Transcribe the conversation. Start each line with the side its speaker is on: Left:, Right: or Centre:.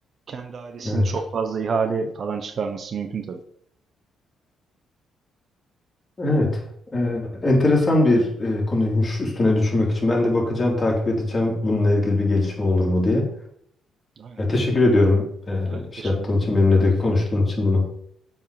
Right: Kendi ailesini
Left: Evet.
Right: çok fazla ihale falan çıkarması mümkün tabii.
Left: Evet. E, enteresan bir e, konuymuş üstüne düşünmek için. Ben de bakacağım, takip edeceğim bununla ilgili bir gelişme olur mu diye.
Right: Aynen.
Left: E, teşekkür ediyorum e,
Right: Ben
Left: şey
Right: teşekkür
Left: yaptığın
Right: ederim.
Left: için, benimle de konuştuğun için bunu.